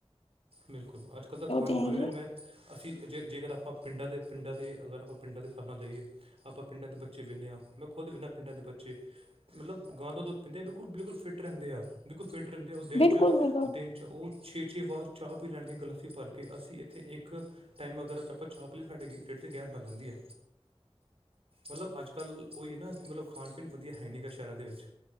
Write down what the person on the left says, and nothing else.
ਉਹ ਤੇ ਹੈ
ਹੀ
ਹੈ
ਬਿਲਕੁਲ
ਬਿਲਕੁਲ